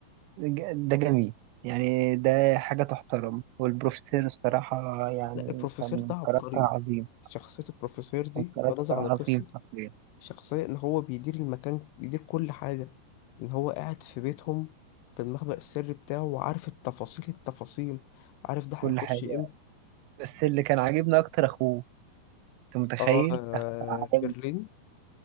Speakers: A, on the right (about 85°); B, on the left (about 80°).
A: ج- ده جميل يعني ده حاجه تحترم والبروفيسور الصراحه يعني
B: لا البروفيسور
A: كان
B: ده عبقري
A: كاركتر عظيم
B: شخصية البروفيسور دي
A: كان كاركتر
B: بنظر عن القصة
A: عظيم حرفيا
B: شخصية إن هو بيدير المكان بيدير كل حاجة إن هو قاعد في بيتهم في المخبأ السري بتاعه وعارف التفاصيل التفاصيل عارف ده هيخش
A: كل حاجه
B: امتى
A: بس اللي كان عاجبني اكتر اخوه انت متخيل
B: اه
A: أخ-
B: برلين